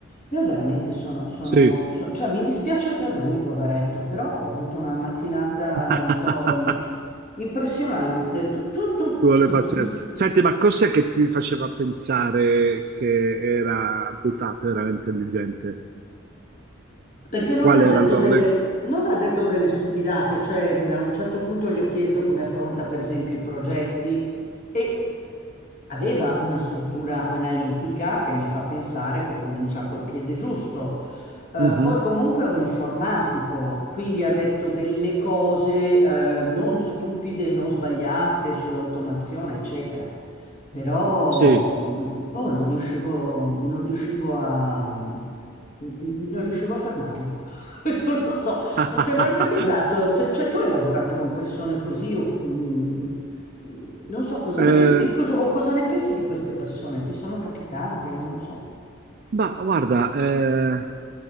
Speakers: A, on the left; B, on the right.
A: Io veramente sono, sono,
B: Sì.
A: so- cioè mi dispiace per lui, poveretto, però ho avuto una mattinata
B: <laughs>
A: un po' impressionante. Tu, tu, tu,
B: Ci vuole
A: tu-
B: pazienza.
A: tu-
B: Senti, ma cos'è che ti faceva pensare che era dotata, era intelligente?
A: Perché non
B: Qual
A: ha
B: erano
A: detto delle,
B: le...
A: non ha detto delle stupidate, cioè mh, a un certo punto gli ho chiesto come affronta per esempio i progetti e aveva una struttura analitica che mi fa pensare che comincia col piede giusto. Eh,
B: Mhm,
A: poi comunque è un informatico, quindi ha detto delle cose eh, non stupide, non sbagliate sull'automazione, eccetera. Però
B: Sì.
A: mm, mm, mm, boh, non riuscivo, non riuscivo a, mm, mm, mm, non riuscivo a fermarlo. <laughs> Non lo so,
B: <laughs>
A: non ti è mai capitato? Te- Cioè, tu hai lavorato con persone così, o, mm, mm, mm, non so cosa
B: Eh,
A: ne pensi, cosa- o cosa ne pensi di queste persone? Ti sono capitate? Non lo so.
B: ma guarda, eh,